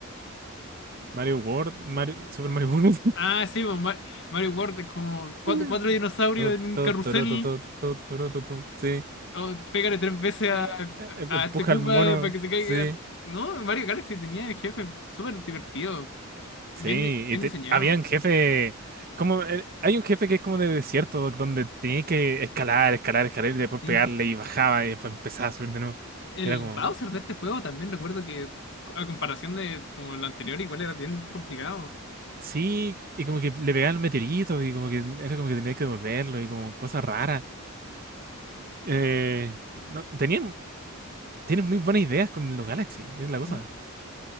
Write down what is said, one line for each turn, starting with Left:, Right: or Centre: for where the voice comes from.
Right: Mario World, Mario, Super Mario World.
Left: Ah, sí, pues, Ma- Mario World es como cuatro,
Right: <laughs>
Left: cuatro dinosaurios
Right: To,
Left: en un
Right: to,
Left: carrusel
Right: toro, to, to, to, toro, to, to. Sí.
Left: Oh, pégale tres veces
Right: Eh,
Left: a,
Right: eh, eh,
Left: a
Right: empuja
Left: este Koopa
Right: al mono.
Left: para que se caiga.
Right: Sí.
Left: No, Mario Galaxy tenía jefe súper divertido, bien,
Right: Sí.
Left: di- bien
Right: Y te-
Left: diseñado,
Right: habían jefe. Como, el- hay un jefe que es como de desierto, doc, donde tenía que escalar, escalar, escalar y después
Left: sí.
Right: pegarle y bajaba y después empezaba a subir de nuevo.
Left: El
Right: Y era como.
Left: Bowser de este juego también recuerdo que, a comparación de como el anterior, igual era bien complicado.
Right: Sí, y como que le pegaban meteoritos y como que era como que tenías que devolverlo y como cosas raras. Eh, no, tenían, tienen muy buenas ideas con los Galaxy, es la cosa.
Left: ¿Mm?